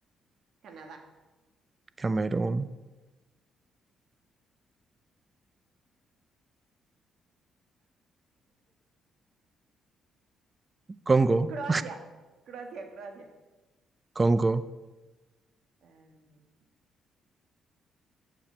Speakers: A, on the right (about 70°); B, on the right (about 25°).
A: Canadá.
B: Camerún, Congo,
A: Croacia. Croacia, Croacia.
B: Congo,
A: Em,